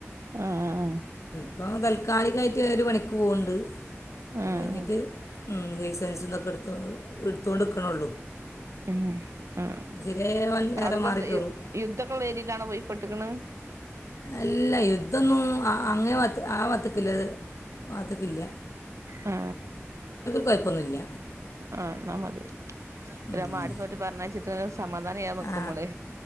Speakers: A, on the right; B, on the left.
A: ആ ആ ആ
B: അപ്പ തൽക്കാലികായി ട്ട് ഒരു പണിക്ക് പോകുന്ണ്ട് അത്
A: ആഹ്
B: കയി ഞ്ഞിട്ട് ഉം ലൈസൻസുംതൊക്കെ എടു <unintelligible> എടുത്തോണ്ടെക്കണെള്ളൂ
A: ഉം ആ
B: ശരിയായാൽ
A: അവിടക്കെന്താ
B: വേറെ മാറി കയറും
A: യുദ്ധക്കുള്ള ഏരിയലാണ് പോയിപ്പെട്ടിക്കണ്
B: അല്ല യുദ്ധമൊന്നും ആ അങ്ങെ ഭാത്ത് ആ ഭാത്തിക്കല്ലിത് അതിക്കില്ല
A: ആ
B: കുയപ്പൊന്നുല്ല
A: ആ എന്നാമതി
B: ഉം.
A: നമ്മ <unintelligible> പറഞ്ഞയച്ചിട്ട് <unintelligible> ചെയ്യാതെ നിക്കുമ്പളേ
B: ആ